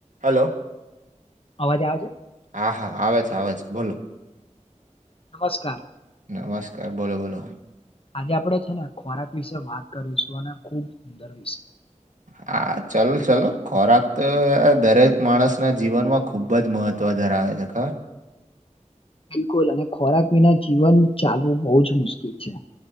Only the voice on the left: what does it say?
અવાજ આવે
નમસ્કાર.
આજે આપડણે છે ને ખોરાક વિશે વાત કરીશું અને ખુબ સુંદર વિશે
બિલકુલ અને ખોરાક વિના જીવન ચાલવું બહુ જ મુશ્કેલ છે.